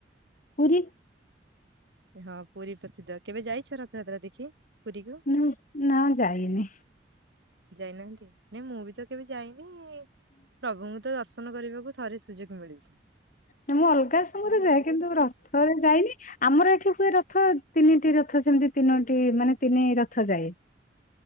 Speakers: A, on the left; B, on the right.
A: ପୁରୀ।
B: ହଁ ପୁରୀ ପ୍ରସିଦ୍ଧ କେବେ ଯାଇଚ ରଥଯାତ୍ରା ଦେଖି ପୁରୀକୁ?
A: ଉଁ ନା ଯାଇନି।
B: ଯାଇନାହାନ୍ତି ନାଇଁ ମୁଁବିତ କେବେ ଯାଇନି ପ୍ରଭୁଙ୍କୁତ ଦର୍ଶନ କରିବାକୁ ଥରେ ସୁଯୋଗ ମିଳିଛି।
A: ନା ମୁଁ ଅଲଗା ସମୟରେ ଯାଏ କିନ୍ତୁ ରଥରେ ଯାଇନି ଆମର ଏଠି ହୁଏ ରଥ ତିନିଟି ରଥ ଯେମିତି ତିନୋଟି ମାନେ ତିନି ରଥ ଯାଏ।